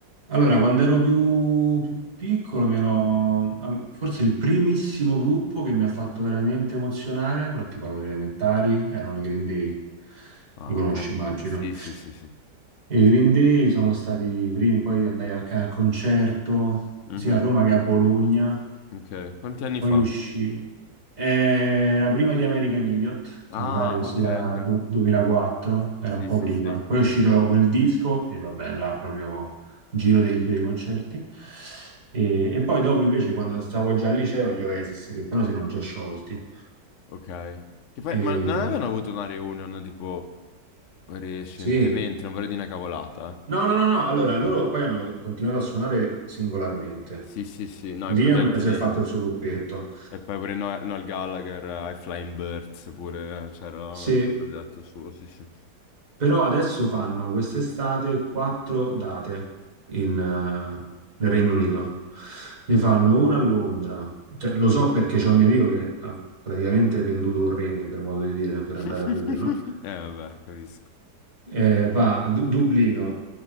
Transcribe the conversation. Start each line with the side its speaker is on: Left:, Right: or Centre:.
Right: Allora, quando ero più, più piccolo, mi ero, al- forse il primissimo gruppo che mi ha fatto veramente emozionare, però ti parlo delle elementari, erano i Green Day.
Left: Ah,
Right: Li conosci,
Left: ok.
Right: immagino.
Left: Sì, sì, sì, sì.
Right: I Green Day sono stati i primi, poi andai anche al concerto,
Left: Mhm,
Right: sia a Roma che a Bologna,
Left: Ok. Quanti anni
Right: poi
Left: fa?
Right: uscì. Era prima di American Idiot,
Left: Ah,
Right: che mi pare sia
Left: ok, ok.
Right: du- 2004, era
Left: Sì,
Right: un po'
Left: sì,
Right: prima.
Left: sì.
Right: Poi è uscito quel disco e vabbè, là proprio giro dei, dei concerti. E, e poi dopo invece, quando stavo già al liceo, gli Oasis, che però si erano già sciolti.
Left: Ok. Che poi,
Right: E,
Left: ma non avevano avuto una reunion tipo recentemente,
Right: sì,
Left: non vorrei dire una cavolata.
Right: No, no, no, no. Allora, loro
Left: eh. Ok.
Right: poi hanno continuato a suonare singolarmente.
Left: Sì, sì, sì, no,
Right: Liam
Left: i progetti
Right: si
Left: di...
Right: è fatto il suo gruppetto.
Left: E poi pure No- Noel Gallagher, eh, I Flying Birds, pure eh, c'era
Right: Se-
Left: un altro progetto suo, sì, sì.
Right: Però adesso fanno quest'estate quattro date in, eh, nel Regno Unito. Ne fanno una a Londra. Cioè, lo so perché c'è un mio amico che ha praticamente venduto un rene, per modo di dire, per
Left: <laughs>
Right: andare a vederlo.
Left: Eh, vabbè, capisco.
Right: eh, va a Du- Dublino,